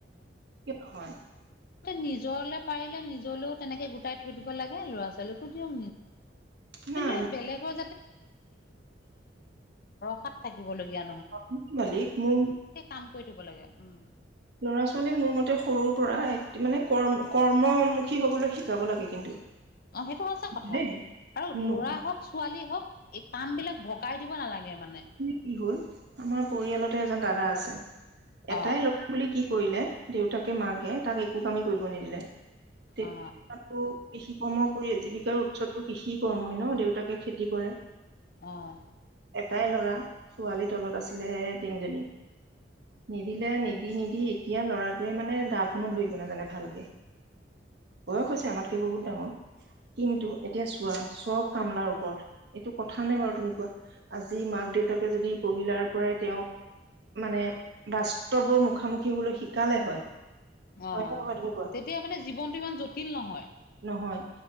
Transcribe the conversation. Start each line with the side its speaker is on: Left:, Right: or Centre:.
Right: কিয় নহয়
Left: নি্জৰলে পাৰিলে নিজলেও তেনেকে গোটাই থৈ দিব লাগে ল'ৰা ছোৱালীকো দিয়ক
Right: নাই
Left: কিন্তু
Right: নাই
Left: বেলেগৰ ভৰসাত থাকিবলগীয়া
Right: ল'ৰা ছোৱালীক মোৰ
Left: কাম কৰি থব লাগে উম
Right: ল'ৰা ছোৱালীক মোৰ মতে সৰু মানে কৰ্ম কৰ্মমুখী হ'বলৈ শিকাব লাগে কিন্তু
Left: অ সেইটো সচা কথা
Right: দেই
Left: আৰু
Right: মোৰ
Left: ল'ৰা
Right: মতে
Left: হওক ছোৱালী হওক এই কাম বিলাক ভগাই দিব নালাগে মানে
Right: কি হল আমাৰ পৰিয়ালতে এজন দাদা আছে এটাই
Left: অ
Right: লৰা বুলি কি? কৰিলে দেউতাকে মাকে তাক একো কামেই কৰিব নিদিলে। তেতিয়া
Left: অ
Right: তাতো কৃষি কৰ্ম কৰিয় জীৱিকাৰ উৎসতো কৃষি কৰ্মই ন দেউতাকে খেতি কৰে।
Left: আহ।
Right: এটাই ল'ৰা ছোৱালীৰ তলত আছিলে তিনিজনী নিদিলে নিদি নিদি এতিয়া লৰাটোৱে মানে দাখনো ধৰিব নাজানে ভালকে বয়স হৈছে আমাতকে বহুত ডাঙৰ। কিন্তু এতিয়া চোৱা চব কামলাৰ ওপৰত। এইটো কথা নে বাৰু তুমি কোৱা? আজি মাক দেউতাকে যদি পভিলাৰ পৰাই তেওঁক মানে বাস্তৱৰ মুখামুখি হবলৈ শিকালে হয়।
Left: অ
Right: হয়নে নহয় তুমি কোৱা
Left: তেতিয়া মানে জীৱনটো ইমান জটিল নহয়।
Right: নহয়